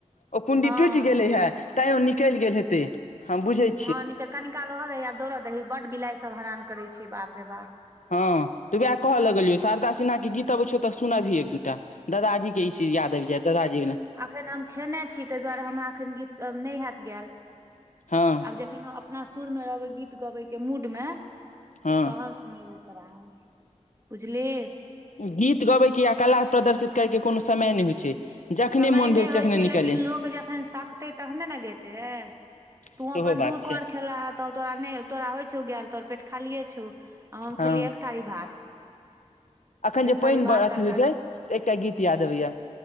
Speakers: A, on the left (about 80°); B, on the right (about 25°).
A: ओ कुंडी
B: हँ
A: टूटि गेलै हे तैं ओ निकलि गेल हेतै हम बुझै छी
B: हँ कनिकाल रहऽ दही आब दौड़ऽ दही बड़ बिलाई सभ हरान करै छियै बाप रे बाप
A: हँ तऽ उएह कहऽ लगलियौ
B: हँ
A: शारदा सिन्हा के गीत अबै छै तऽ सुनबही एक दू दादाजी के ई चीज याद आबि जाय दादाजी ने।
B: अखन हम खेने छी ताहि दुआरे हमरा अखन गीत नहि हयत
A: हँ
B: आब जे खन अपना सुर मे रहबै गीत गबे के मूडमे
A: हँ
B: तहन सुनेबो तोरा हम बुझलिही
A: गीत गबे के या कला प्रदर्शित करे के कोनो समय नहि होई छै जखने
B: समय
A: मोन भेल
B: नहि होइ
A: तखने
B: छै
A: निकलियै
B: लेकिन लोकऽ जखन सकतै तहने ने गेते रे तू
A: सेहो
B: अपन
A: बात
B: दूकर
A: छै
B: खेला ह तब तोरा नहि तोरा होई छौ गेल तोर पेट खाले छौ आ हम
A: हँ
B: खेलियी एक थारी भात
A: अखन जे
B: एक थारी
A: पानि
B: भात
A: अथी
B: तरकारी
A: होई छै एकटा गीत याद अबैया